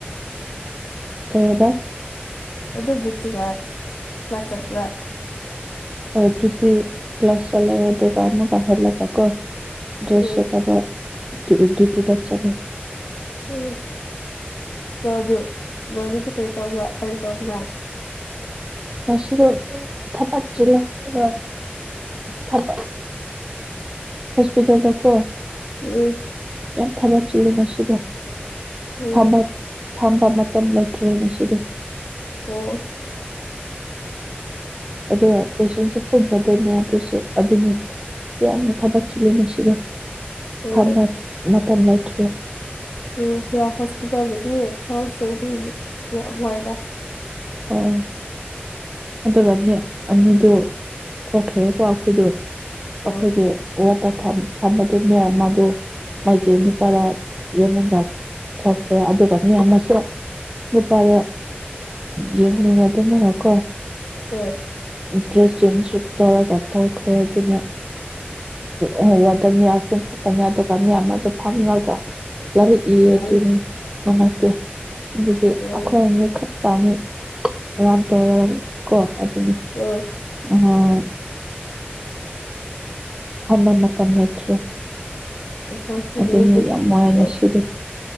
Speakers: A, on the right; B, on the left.
A: ꯀꯕ
B: ꯑꯗꯨꯗꯣꯕꯠꯇꯤꯒ ꯆꯠꯇ꯭ꯔ
A: ꯍꯣꯏ ꯑꯗꯨꯗꯤꯤ ꯀ꯭ꯂꯥꯁ ꯆꯠꯂꯑꯦ ꯑꯗꯨꯒ ꯑꯃꯨꯛꯍꯜꯂꯒ ꯀꯣ ꯗ꯭ꯔꯦꯁ
B: ꯎꯝ
A: ꯁꯦꯂꯕ ꯏ ꯇꯤꯟ ꯆꯂꯦ
B: ꯎꯝ ꯆꯖ ꯃꯔꯦꯁꯤ ꯈꯔꯤ ꯇꯣ꯭ꯔ ꯈꯔꯤ ꯇꯣꯝꯕ꯭ꯔ
A: ꯉꯁꯤꯗꯣ ꯊꯄꯆ ꯂꯩꯦ ꯑ ꯊꯕ ꯍꯣꯁꯄꯤꯇꯥꯜꯗ ꯀꯣ
B: ꯎꯝ
A: ꯌꯥꯝ ꯊꯕꯛ ꯆꯤꯜꯂꯦ ꯅ ꯁꯤꯗꯣ
B: ꯎꯝ
A: ꯊꯕꯛ ꯐꯝꯕ ꯃꯇꯝ ꯂꯩꯇ꯭ꯔꯦꯅꯦ ꯁꯤꯗ
B: ꯑꯣ
A: ꯑꯣ ꯄꯦꯁꯦꯟꯁꯨ ꯐꯨꯕꯗꯅꯦ ꯑꯗꯨꯁꯨ ꯑꯗꯨꯅꯤ ꯌꯥꯝꯅ ꯊꯕꯠ ꯆꯤꯂ ꯑꯁꯤꯗ
B: ꯎꯝ
A: ꯐꯕ ꯇ ꯂꯩꯇ꯭ꯔꯦ
B: ꯎ ꯍꯣꯁꯄꯤꯇꯥꯜꯗꯗꯤ ꯊꯛ ꯁꯕꯗꯤ ꯌꯥꯝ ꯋꯥꯏꯗ
A: ꯍꯣꯏ ꯑꯗꯨꯒ ꯃꯤ ꯑꯅꯤꯗꯨ ꯊꯣꯛꯈ꯭ꯔꯦꯀꯣ ꯑꯩꯈꯣꯏꯗ ꯑꯩꯈꯣꯏꯒꯤ
B: ꯎꯝ
A: ꯋꯥꯠꯇ ꯐꯝꯕꯗꯨ ꯃꯌꯥꯝ ꯃꯗ ꯃꯥꯒꯤ ꯅꯨꯄꯥꯗ ꯌꯦꯪꯒ ꯊꯣꯛꯈ꯭ꯔꯦ ꯑꯗꯨꯒ ꯃꯤ ꯑꯃꯁꯨ ꯂꯨꯄꯥꯗ ꯌꯦꯡꯅꯤꯅ ꯑꯗꯨꯃꯅ ꯀꯣ
B: ꯎꯝ
A: ꯗ꯭ꯔꯦꯁ ꯆꯦꯟꯁ ꯇꯧꯔ ꯀꯊꯣꯛꯈ꯭ꯔꯦ ꯑꯗꯨꯅꯦ ꯑꯣ ꯋꯥꯗꯨꯝ ꯈꯛꯇꯅꯤ ꯑꯗꯨꯒ ꯃꯌꯥꯝ ꯑꯗꯨꯗ ꯐꯝꯃꯒ ꯂꯥꯏꯔꯛꯏꯌꯦ
B: ꯎꯝ
A: ꯑꯗꯨꯅꯤ ꯅꯨꯡꯉꯥꯏꯇꯦ ꯑꯗꯨꯗꯤ
B: ꯎꯝ
A: ꯑꯩꯈꯣꯏ ꯑꯅꯤ ꯈ ꯇꯅꯤ ꯔꯝ ꯇꯧꯔ ꯀꯅꯤ
B: ꯎꯝ
A: ꯑ ꯑꯃ ꯃ ꯇꯝ ꯂꯥꯏꯇ꯭ꯔꯦ
B: ꯍꯣꯏ
A: ꯑꯗꯨꯗꯤ
B: ꯑꯗꯨ
A: ꯌꯥꯝ ꯃꯌꯥꯅ
B: ꯍꯣꯏ
A: ꯁꯤꯗꯨ